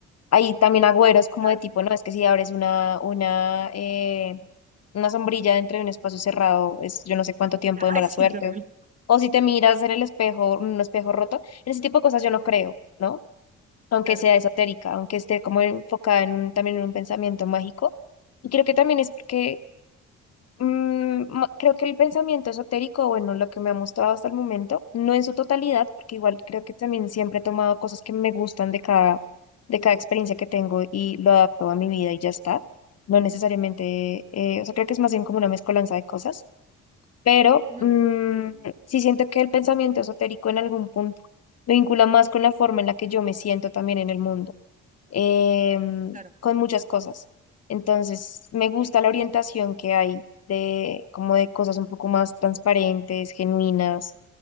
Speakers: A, on the left; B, on the right.
A: Hay también agüeros como
B: Claro.
A: de tipo, no, es que si abres una, una, eh, una sombrilla dentro de un espacio cerrado, es yo no sé cuánto tiempo
B: <laughs>
A: de mala
B: Ay, sí,
A: suerte.
B: qué horrible.
A: O si te miras en el espejo, un espejo roto, en ese tipo de cosas yo no creo, ¿no? Aunque
B: Claro.
A: sea esotérica, aunque esté como enfocada en un, también en un pensamiento mágico. Y creo que también es porque Mm, ma- creo que el pensamiento esotérico, bueno, lo que me ha mostrado hasta el momento, no en su totalidad, porque igual creo que también siempre he tomado cosas que me gustan de cada, de cada experiencia que tengo y lo adapto a mi vida y ya está. No necesariamente, eh, o sea, creo que es más bien como una mezcolanza de cosas, pero
B: Ujú,
A: mm, sí siento que el pensamiento esotérico en algún punto me vincula más con la forma en la que yo me siento también en el mundo em,
B: Claro,
A: con muchas cosas. Entonces, me gusta la orientación que hay de como de cosas un poco más transparentes, genuinas.